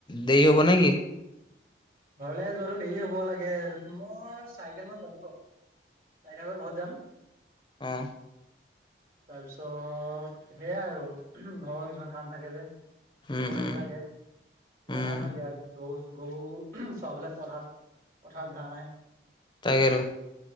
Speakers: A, on the left; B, on the right.
A: দেৰি হ'ব নেকি?
B: ঘৰলে যোৱাটো দেৰি হ'ব লাগে মোৰ চাৰিটামান বাজিব চাৰিটা বজাত ঘৰত যাম।
A: অহ
B: তাৰপিছত সেইয়াই আৰু ঘৰৰ কিছুমান কাম থাকে যে।
A: উম
B: কুৰ মাৰিব
A: উম
B: লাগে জানাই
A: উম
B: চোন দিয়া গৰু গৰু। চোৱাবলে পথাৰত, পথাৰত ঘৰা নাই
A: তাকে ত